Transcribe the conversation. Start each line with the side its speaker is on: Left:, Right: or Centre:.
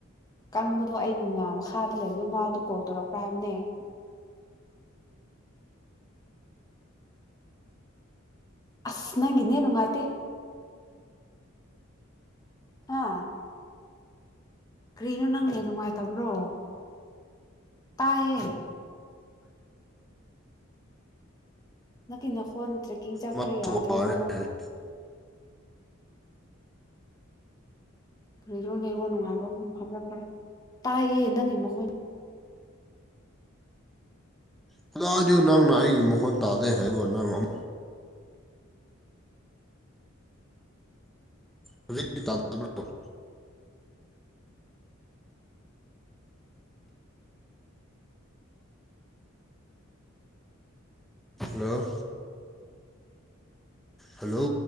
Left: ꯀꯪꯕꯗꯣ ꯑꯩꯒꯨꯝꯅ ꯃꯈꯥꯗ ꯂꯩꯕꯗꯨ ꯃꯥꯗꯣ ꯀꯣꯜ ꯇꯧꯔꯛꯄ꯭ꯔꯥ ꯍꯥꯏꯕꯅꯦ <inaudible> ꯑꯁ ꯅꯪꯒꯤꯅꯦ ꯅꯨꯡꯉꯥꯏꯇꯦ ꯍꯥꯥ ꯀꯔꯤꯅꯣ ꯅꯪ ꯅꯦꯠ ꯅꯨꯡꯉꯥꯏ ꯇꯕ꯭ꯔꯣ ꯇꯥꯏꯌꯦ ꯅꯪꯀꯤ ꯅꯈꯣꯟ ꯇ꯭ꯔꯦꯛꯀꯤꯡ ꯆꯠꯈ꯭ꯔꯦ
Centre: ꯃꯥꯁꯨ
Left: ꯌꯥꯗ꯭ꯔꯦꯕꯨꯡꯉꯣ
Centre: ꯋꯥꯔꯦ ꯍꯥꯏ
Left: ꯂꯩꯔꯣ ꯅꯦꯔꯣ ꯅꯨꯡꯉꯥꯏꯕ ꯐꯝꯂꯛꯈ꯭ꯔꯦ ꯇꯥꯏꯌꯦ ꯅꯪꯒꯤ ꯃꯈꯣꯟ
Centre: ꯍꯗꯥ ꯑꯗꯨ ꯅꯪꯅ ꯑꯩꯒꯤ ꯃꯈꯣꯟ ꯇꯥꯗꯦ ꯍꯥꯏꯕꯣ ꯅꯪ ꯑꯃꯨꯛ ꯍꯧꯖꯤꯛ <unintelligible> ꯍꯂꯣ ꯍꯂꯣ